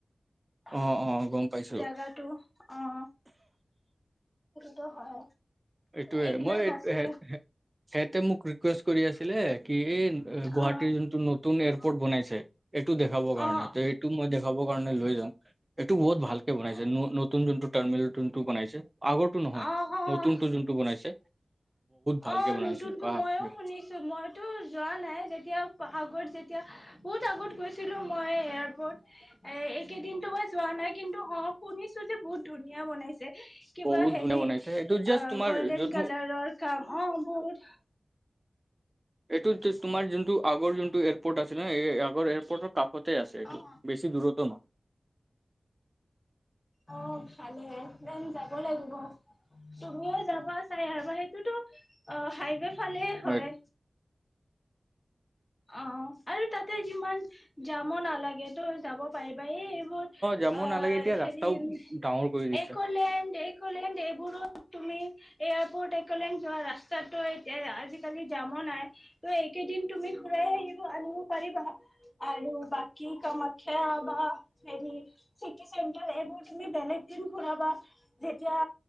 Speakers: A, on the left; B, on the right.
A: <unintelligible>
B: অ অ গম পাইছো
A: জেগাটো আহ টো হয়।
B: এইটোয়ে
A: এইবিলাক
B: মই এই
A: আছে
B: <unintelligible> সিহতে মোক <unintelligible> কৰি আছিলে কি এই <unintelligible> গুৱাহাটীৰ
A: অ
B: যোনটো নতুন এয়াৰপৰ্ট বনাইছে এইটো দেখাবৰ কাৰণে
A: অ
B: ত এইটো মই দেখাব কাৰণে লৈ যাম। এইটো বহুত ভাল বনাইছে নতু নতুন যোনটোৰ টাৰ্মিনেল। বনাইছে আগৰটো নহয়
A: অ অ অ
B: নু <unintelligible> নতুন টো জোনটো বনাইছে। ভালকে
A: অ'
B: বনাইছে
A: নতুনকৈ
B: বাপৰে
A: মইও শুনিছো মইতো যোৱা নাই এতিয়া আগত যেতিয়া বহুত আগত গৈছিলো মই এয়াৰপৰ্ট এ এইকেইদিনো মই যোৱা নাই কিন্তু অ শুনিছো যে বহুত ধুনীয়া বনাইছে। কিবা
B: বহুত
A: হেৰি
B: ধুনীয়া বনাইছে এইটো জাষ্ট
A: অ'
B: তোমাৰ
A: গল্ডেন
B: যোন
A: কালাৰৰ কাম অ বহত।
B: এইটো তোমাৰ যোনটো আগৰ যোনটো এয়াৰপৰ্ট আছে ন এই আগৰ এয়াৰপৰ্টৰ ক <unintelligible> তে আছে এইটো
A: অ',
B: বেছি দূৰত। <unintelligible> তম <unintelligible>
A: অ 'ভালে দেন যাব লাগিব তুমিও যাবা চাই আৰুব সেইটোতো অ হাইৱে ফালে
B: নহয়।
A: হয়। অ' আৰু তাতে যিমান যাম নালাগে তো যাব পাৰিবা লে এইবোৰ
B: যাব
A: অ
B: নালাগে এতিয়া
A: হেৰিন
B: ৰাস্তাও ডাঙৰ কৰি দিছে।
A: একোলেণ্ড একলেণ্ড এইবো <unintelligible> কৰুো <unintelligible> তুমি এয়াৰপৰ্ট এক। কলে যোৱা ৰাস্তাতটো এতিয়া <unintelligible> আজিকালি দামো নাই ত' এইকেইদিন তুমি ঘ আহিব আনিব পাৰিবা আৰু বাকী কামাখ্যা বা হেৰি চিটি চেণ্টাৰ এইবোৰ তুমি বেলেগ দিন ঘুৰাবা যেতিয়া